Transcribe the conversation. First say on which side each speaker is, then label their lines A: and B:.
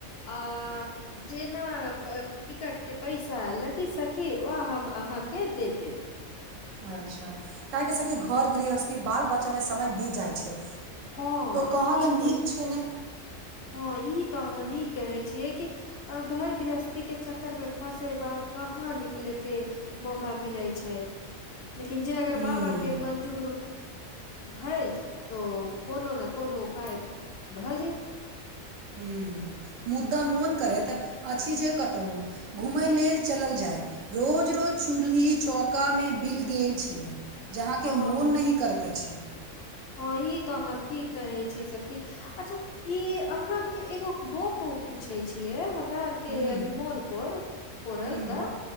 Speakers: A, on the left (about 60°); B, on the right (about 75°).
A: आ जेना टिकटके पैसा लगी सखी, ओ हम अहाँके दे देब।
B: अच्छा! काहे कि सखी! घर गृहस्थी बाल बच्चामे समय बीत जाइ छै।
A: हँ
B: तो कहाँके
A: ई
B: नीक
A: तो
B: छै ने।
A: हँ, ई तऽ अहाँ नीक कहै छियै कि। अ घर गृहस्थी के चक्कर में फँसे बाद, कहाँ निकलेके मौका मिलै छै, लेकिन जे अगर
B: हूँ
A: बाबा के मंजूर भैल, तो कोनो न कोनो उपाय भऽ जैत।
B: हूँ, मुद्दा मोन करैत, अछि जे कतहु घूमय लेल चलल जाय। रोज- रोज चूल्ही चौका मे, बिल गेल छियै। जहाँके
A: हँ
B: मोन नहि करत अछि।
A: हँ, ई तऽ अहाँ ठीक कहै छि सखी! अच्छा! ई अहाँ के एगो गप पूछै छियै, हमरा आर के
B: हुँ
A: अभी मोन पर परल
B: हुँ
A: तऽ।